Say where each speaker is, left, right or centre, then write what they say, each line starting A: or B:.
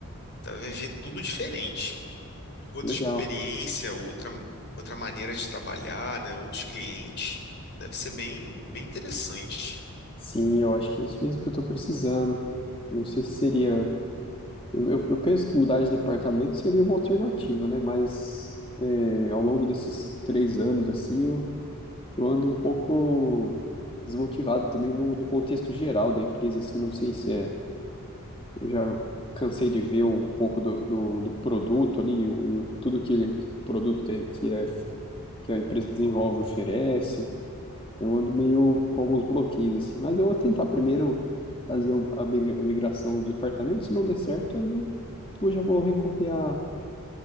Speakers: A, on the left (about 50°); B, on the left (about 25°).
A: Tu vai ver tudo diferente. Outra
B: Legal.
A: experiência, outra, outra maneira de trabalhar, né? Outros clientes. Deve ser bem, bem interessante.
B: Sim, eu acho que é isso mesmo que eu estou precisando. Não sei se seria. Eu, eu, eu penso que mudar de departamento seria uma alternativa, né? Mas é, ao longo desses três anos, assim, eu Eu ando um pouco desmotivado também no, no contexto geral da empresa, assim, não sei se é. Eu já cansei de ver um pouco do, do, do produto ali, e o, e o- tudo que ele, o produto que, é, que, é, que a empresa desenvolve oferece. Eu ando meio com alguns bloqueios, assim, mas eu vou tentar primeiro fazer o- a migra- a migração do departamento, se não der certo, aí eu, eu já vou recorrer a, a,